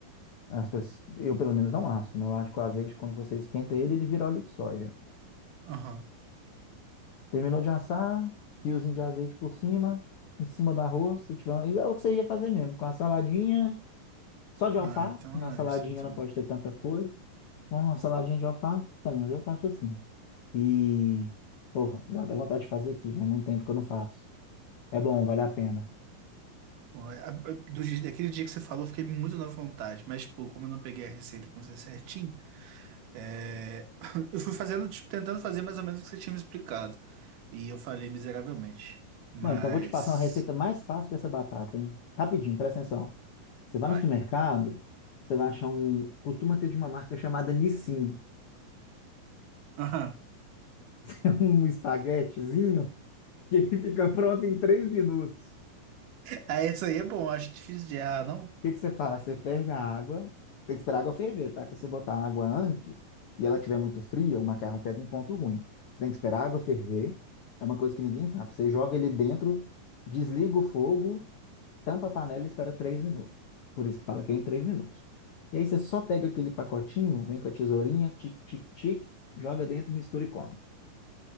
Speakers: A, on the left; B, on the right.
A: As pessoas- eu pelo menos não asso, né? Eu acho que o azeite, quando você esquenta ele, ele vira óleo de soja.
B: aham.
A: Terminou de assar, fiozinho de azeite por cima, em cima do arroz, se tiver. É o que você ia fazer mesmo, com a saladinha. Só de alface,
B: Ah, então
A: na saladinha
B: é isso, então.
A: não pode ter tanta coisa. Mas uma saladinha de alface, pano, eu faço assim. E, porra, dá até vontade de fazer aqui, faz muito tempo que eu não faço. É bom, vale a pena.
B: Bom, é- a- a- Do, dia- daquele dia que você falou, eu fiquei muito na vontade, mas, tipo, como eu não peguei a receita com você certinho. É, <coughs> <laughs> Eu fui fazendo, tipo, tentando fazer mais ou menos o que você tinha me explicado. E eu falhei miseravelmente. Mas.
A: Não, então vou te passar uma receita mais fácil que essa batata, hein? Rapidinho, presta atenção. Você vai
B: Vai.
A: no supermercado, você vai achar um. Costuma ter de uma marca chamada Nissin. <laughs>
B: <laughs> Aham.
A: É um espaguetezinho que ele fica pronto em três minutos.
B: Ah, essa aí é bom, acho difícil de errar, não?
A: que que você faz? Você ferve a água. Tem que esperar a água ferver, tá? Que se você botar a água antes e ela tiver muito fria, o macarrão pega um ponto ruim. Você tem que esperar a água ferver. É uma coisa que ninguém sabe. Você joga ele dentro, desliga o fogo, tampa a panela e espera três minutos. Por isso que fala que é em três minutos. E aí você só pega aquele pacotinho, vem com a tesourinha, tic, tic, tic, joga dentro, mistura e come.